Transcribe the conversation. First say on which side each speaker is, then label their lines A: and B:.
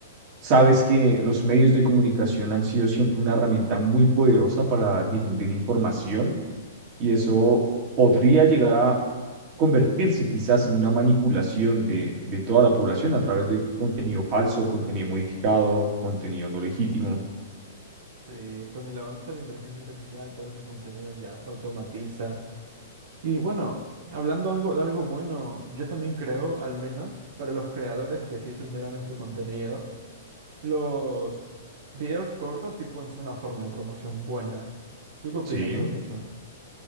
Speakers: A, on the right; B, on the right.
A: Sabes que los medios de comunicación han sido siempre una herramienta muy poderosa para difundir información y eso podría llegar a convertirse quizás en una manipulación de, de toda la población a través de contenido falso, contenido modificado, contenido no legítimo.
B: Sí, con el avance de la inteligencia artificial, todo ese contenido ya se automatiza. Y bueno, hablando algo de algo bueno, yo también creo, al menos para los creadores que sí se esmeran en su contenido, los videos cortos sí pueden ser una forma de promoción buena. ¿Tú qué opinas
A: Sí.
B: sobre eso?